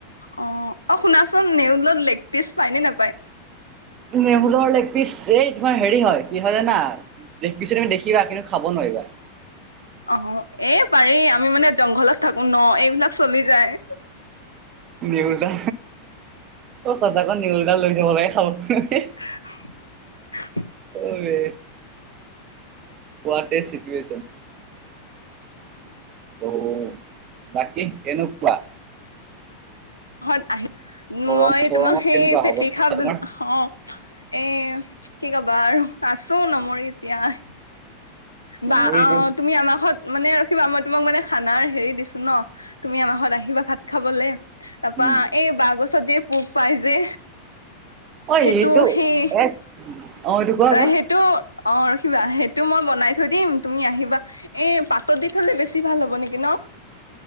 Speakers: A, on the left; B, on the right.
A: অঁ, অঁ, শুনাচোন নেউলত লেগ পিচ পায় নে নেপায়?
B: নেউলৰ লেগ পিছ এই তোমাৰ হেৰি হয় কি হয় জানা? লেগ পিছ তুমি দেখিবা! কিন্তু, খাব নোৱাৰিবা?
A: অঁ, এই পাৰি আমি মানে জংঘলত থাকো ন এইবিলাক চলি যায়!
B: নেওল এটা অ সঁচাকৈ নেউলডাল লৈ যব লাগে খাবলে
A: <unintelligible>
B: আৰে পুৱাতে চিটুুৱেশচন ত' বাকী কেনেকুৱা?
A: ঘৰত আহি
B: গৰম
A: মই
B: চৰমত
A: তোমাৰ সেই
B: কেনেকুৱা
A: পেটি
B: অৱস্থা
A: সাপ
B: তোমাৰ?
A: অ এ কি কবা আৰু আছোঁ নমৰি জীয়াই
B: মেমৰি
A: বা অ
B: যে
A: তুমি আমাক ঘত মানে ৰখিবা মই তোমাক মানে খানাৰ হেৰি দিছোঁ ন। তুমি আমাৰ ঘৰত আহিবা ভাত খাবলৈ। তাৰপা
B: উম,
A: এই বাঁহ গছত যে পোক পাই যে
B: অ'
A: সেইটো
B: এইটো
A: সেই
B: এক অ' এইটো কোৱা কোৱা
A: সেইটো অ ৰখিবা সেইটো মই বনাই থৈ দিম, তুমি আহিবা এই পাতত দি থলে বেছি ভাল হ'ব নেকি ন?